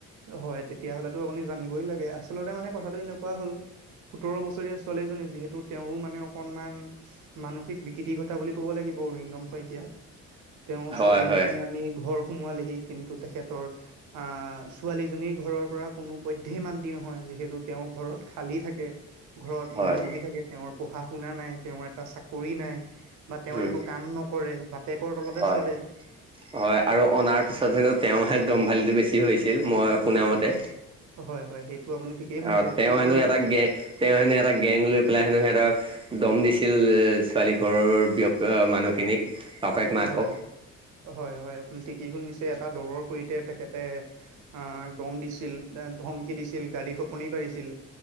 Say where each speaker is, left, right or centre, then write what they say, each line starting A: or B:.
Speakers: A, on the right; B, on the right.
A: হয় তেতিয়াহ'লেতো আপুনি জানিবই লাগে আচলতে মানে কথাটো এনেকুৱা হ'ল সোতৰ বছৰীয়া ছোৱালী ছোৱালীজনী যিহেতু তেওঁৰো মানে অকণমান মানসিক বিকৃতি ঘটা বুলি ক'ব লাগিব ৰিণম শইকীয়া। তেওঁ
B: হয়
A: ছোৱালীজনী
B: হয়
A: আনি ঘৰ সোমোৱালেহি কিন্তু তেখেতৰ আহ ছোৱালীজনীৰ ঘৰৰ পৰা কোনো পধ্যয় মান্তি নহয় যিহেতু তেওঁৰ ঘৰত খালী থাকে। ঘৰত
B: হয়
A: এনেইে বহি থাকে তেওঁৰ পঢ়া শুনা নাই তেওঁৰ এটা চাকৰি নাই। বা তেওঁ
B: উম
A: একো কাম নকৰে বাপেকৰ তলতে
B: হয়
A: চলে।
B: হয় আৰু অনাৰ পিছত হেনো তেওঁহে দম্ভালিটো বেছি হৈছিল মই শুনামতে।
A: হয় হয় সেইটো। আপুনি ঠিকেই শুনিছে
B: অ তেওঁ
A: কিন্তু
B: হেনো এটা গে তেওঁ হেনো এটা গেং লৈ পেলাই হেনো সিহঁতক দম দিছে। কিন্তু যে ছোৱালী ঘৰৰ ব্যক্ত মানুহখিনিক বাপেক মাকক।
A: হয় হয় হয় আপুনি ঠিকেই শুনিছে। এটা দলৰ সৈতে তেখেতে আহ দম দিছিল ধমকি দিছিল। দিছিল গালি শপনি পাৰিছিল